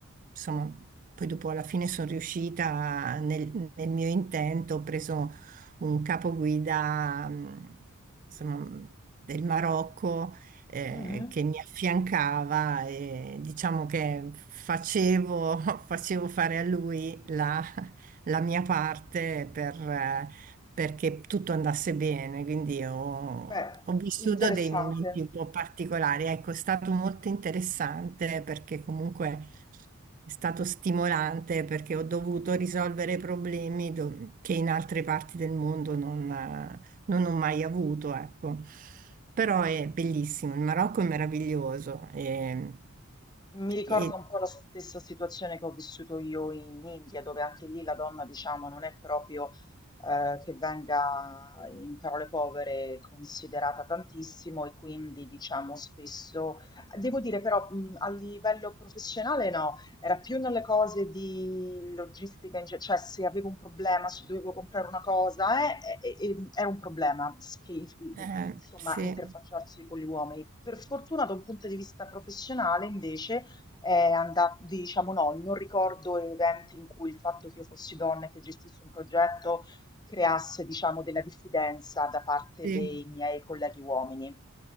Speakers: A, on the right (about 40°); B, on the left (about 20°).
A: insomma, poi dopo alla fine sono riuscita nel, nel mio intento, ho preso un capoguida, mh, insomma, mm, del Marocco eh,
B: mhm.
A: che mi affiancava e diciamo che facevo, <laughs> facevo fare a lui la, la mia parte per, eh, perché tutto andasse bene, quindi ho,
B: Beh,
A: ho vissuto
B: interessante.
A: dei momenti un po' particolari. Ecco, è stato molto interessante perché comunque è stato stimolante perché ho dovuto risolvere problemi do- che in altre parti del mondo non, eh, non ho mai avuto, ecco. Però è bellissimo, il Marocco è meraviglioso e,
B: Mi ricorda
A: e,
B: un po' la stessa situazione che ho vissuto io in India, dove anche lì la donna, diciamo, non è proprio eh, che venga in parole povere considerata tantissimo e quindi, diciamo, spesso, devo dire però, mh, a livello professionale no, era più nelle cose di logistica, in ge- cioè se avevo un problema, se dovevo comprare una cosa, eh, e- e- era un problema, s- che,
A: eh,
B: insomma,
A: sì,
B: interfacciarsi con gli uomini. Per fortuna, da un punto di vista professionale, invece, è andato, diciamo no, non ricordo eventi in cui il fatto che io fossi donna e che gestissi un progetto creasse, diciamo, della diffidenza da parte
A: sì.
B: dei miei colleghi uomini.